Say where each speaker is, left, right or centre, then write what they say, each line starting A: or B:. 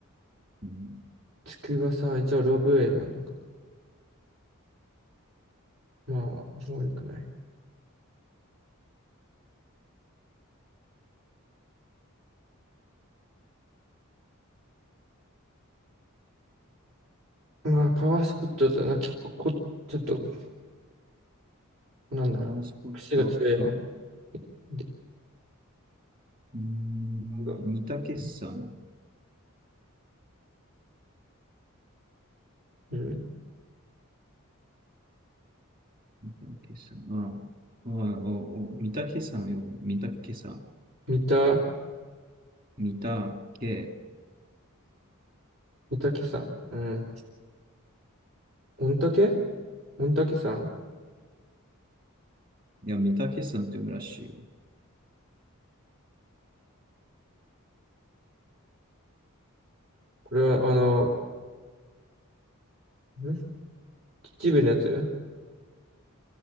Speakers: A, on the right; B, on the right.
A: うん。
B: 筑波山、一応ロープウェイもあるのか。まあ、悪くない。まあ、パワースポットだとな、結構こ、ちょっと、なんだろう、
A: パワースポット、
B: 癖が強いわ。
A: み、
B: で、
A: うーん、
B: なんか、
A: 御嶽山。
B: うん、
A: 御嶽山。ああ、おいおいおい御嶽山よ。御嶽山。
B: 三田、
A: 御嶽山。
B: 三岳山、うん、御嶽御嶽山
A: いや、御嶽山って読むらしいよ。
B: これは、あの、ん秩父のやつ